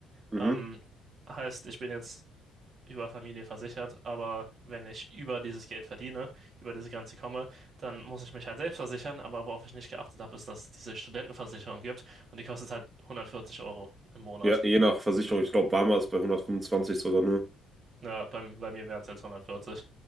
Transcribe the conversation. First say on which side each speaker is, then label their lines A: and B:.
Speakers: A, on the right; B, on the right.
A: Mhm.
B: Ähm, heißt, ich bin jetzt über Familie versichert, aber wenn ich über dieses Geld verdiene, über diese Grenze komme, dann muss ich mich halt selbst versichern. Aber worauf ich nicht geachtet habe, ist, dass es diese Studentenversicherung gibt und die kostet halt 140 Euro im Monat.
A: Ja, je nach Versicherung. Ich glaube, Barmer ist bei hundertfünfundzwanzig sogar nur.
B: Ja, bei, bei mir wären es jetzt 140.